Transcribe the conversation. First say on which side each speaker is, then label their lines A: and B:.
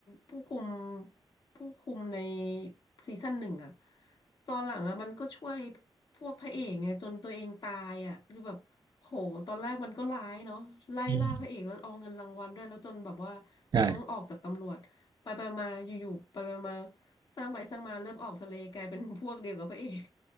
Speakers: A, on the left (about 65°); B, on the right (about 60°).
A: ผู้คุมผู้คุมในซีซั่นหนึ่งอะตอนหลังอะมันก็ช่วยพวกพระเอกไงจนตัวเองตายอะคือแบบโหตอนแรกมันก็ร้ายเนาะไล่ล่าพระเอกแล้วเอาเงินรางวัลด้วยแล้วจนแบบว่าตัวเองต้องออกจากตำรวจไปไปมาอยู่ๆไปไปมา
B: อืมใช่
A: สร้างไปสร้างมาเริ่มออกทะเลกลายเป็นพวกเดียวกับพระเอก